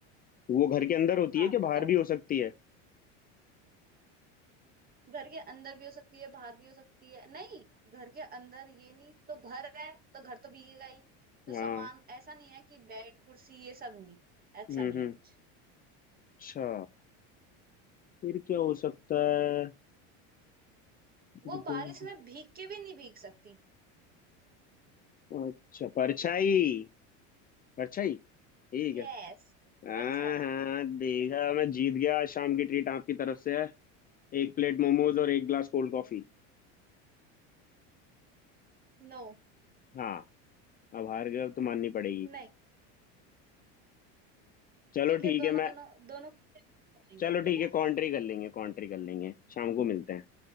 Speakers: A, on the left; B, on the right.
A: वो घर के अंदर होती
B: हाँ
A: है कि
B: बताओ
A: बाहर भी हो सकती है
B: घर के अंदर भी हो सकती है बाहर भी हो सकती है नहीं घर के अंदर ये नहीं तो घर है तो घर तो भीगेगा ही तो
A: हाँ
B: सामान ऐसा नहीं है कि बेड कुर्सी ये सब नहीं ऐसा
A: हम्म
B: नहीं
A: हम्म
B: है कुछ
A: अच्छा फिर क्या हो सकता है फिर
B: वो
A: क्या
B: बारिश
A: हो
B: में भीग के भी नहीं भीग सकती
A: सकता अच्छा परछाई परछाई ठीक
B: यस
A: है हाँ
B: परछाई
A: हाँ देखा मैं जीत गया आज शाम की ट्रीट आपकी तरफ से है एक प्लेट मोमोज और एक ग्लास कोल्ड कॉफी
B: नो
A: हाँ अब हार गए अब तो माननी पड़ेगी
B: नहीं
A: चलो
B: ठीक है
A: ठीक
B: दोनों
A: है मैं
B: दोनों दोनों को सेपरेट कर लेंगे
A: चलो ठीक
B: ठीक है
A: है कॉन्ट्री कर लेंगे कॉन्ट्री कर लेंगे शाम को मिलते हैं